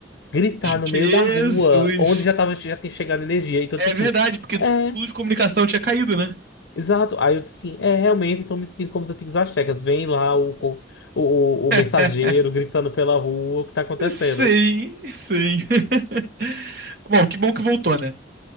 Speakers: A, on the left (about 80°); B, on the right (about 50°).
A: gritar no
B: Jesus.
A: meio da rua, onde já tava, já tinha chegado energia. Então,
B: É
A: eu disse
B: verdade,
A: assim,
B: porque
A: é,
B: tudo de comunicação tinha caído, né?
A: exato. Aí eu disse assim, é, realmente, estou me sentindo como os antigos astecas. Vem lá o, co- o,
B: <laughs>
A: o o mensageiro gritando pela rua, o que tá acontecendo?
B: Sim, sim. <laughs> Bom, que bom que voltou, né?